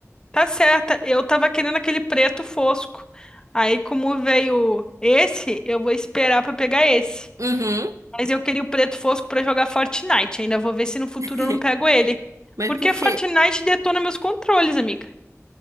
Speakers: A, on the left (about 15°); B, on the right (about 80°).
A: tá certa. Eu tava querendo aquele preto fosco. Aí, como veio esse, eu vou esperar pra pegar esse.
B: Uhum.
A: Mas eu queria o preto fosco pra jogar Fortnite. Ainda vou ver se no futuro
B: <laughs>
A: eu não pego ele.
B: Mas
A: Porque
B: por quê?
A: Fortnite detona meus controles, amiga.